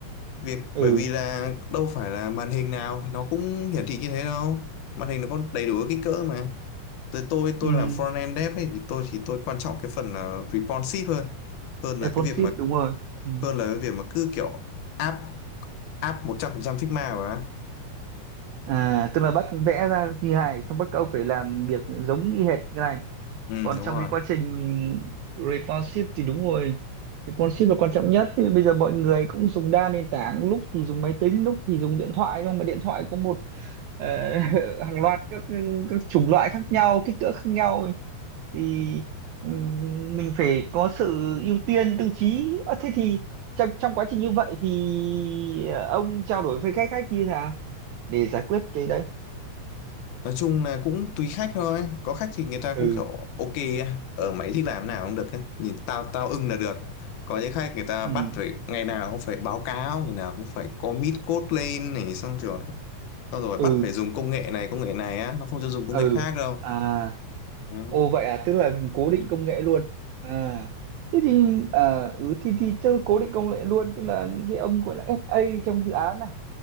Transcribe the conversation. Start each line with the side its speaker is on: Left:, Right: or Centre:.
Left: việc bởi
Right: ừ
Left: vì là đâu phải là màn hình nào thì nó cũng hiển thị như thế đâu màn hình nó có đầy đủ các kích cỡ mà tới tôi tôi
Right: ừ
Left: làm front end dev ấy thì tôi thì tôi quan trọng cái phần là responsive hơn hơn là
Right: Responsive
Left: cái việc mà
Right: đúng rồi ừ.
Left: hơn là cái việc mà cứ kiểu áp áp 100% Figma mà
Right: à tức là bắt vẽ ra như này xong bắt các ông phải làm việc giống y hệt cái này
Left: ừ
Right: còn
Left: đúng
Right: trong
Left: rồi
Right: cái quá trình responsive thì đúng rồi responsive là quan trọng nhất thì bây giờ mọi người cũng dùng đa nền tảng lúc thì dùng máy tính lúc thì dùng điện thoại không mà điện thoại có một ờ, <laughs> hàng loạt các các chủng loại khác nhau kích cỡ khác nhau thì ừm, mình phải có sự ưu tiên tiêu chí Ờ, thế thì trong, trong quá trình như vậy thì ờ, ông trao đổi với khách khách như thế nào để giải quyết cái đấy
Left: nói chung là cũng tùy khách thôi có khách thì người ta cũng
Right: ừ
Left: kiểu ok á. ở mày thích làm nào cũng được ấy. nhìn tao tao ưng là được có những khách người ta
Right: ừ
Left: bắt phải ngày nào cũng phải báo cáo ngày nào cũng phải commit code lên này xong rồi xong rồi
Right: ừ
Left: bắt phải dùng công nghệ này công nghệ này á nó không cho dùng công
Right: ừ
Left: nghệ khác đâu
Right: à
Left: Ừ,
Right: Ồ vậy à, tức là cố định công nghệ luôn. À, thế thì à, ừ, thì thì chắc là cố định công nghệ luôn, tức là những cái ông gọi là SA trong dự án này,